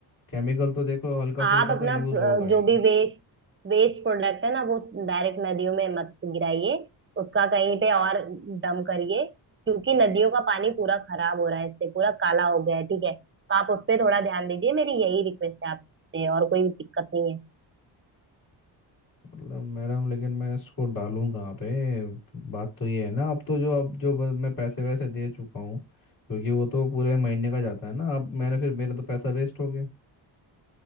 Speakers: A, on the left (about 50°); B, on the right (about 25°).
A: केमिकल तो देखो हल्का
B: आप
A: फुल्का तो
B: अपना
A: यूज़
B: अ,
A: होगा ही
B: जो भी वेस्ट वेस्ट प्रोडक्ट है ना वो डायरेक्ट नदियों में मत गिराइए उसका कहीं पे और डम करिए क्योंकि नदियों का पानी पूरा खराब हो रहा है इससे पूरा काला हो गया है ठीक है तो आप उस पे थोड़ा ध्यान दीजिए मेरी यही रिक्वेस्ट है आपसे और कोई दिक्कत नहीं है
A: मतलब मैडम लेकिन मैं इसको डालूं कहाँ पे बात तो ये है ना अब तो जो अब जो ब- मैं पैसे वैसे दे चुका हूँ क्योंकि वो तो पूरे महीने का जाता है ना अब मैंने फिर मेरा तो पैसा वेस्ट हो गया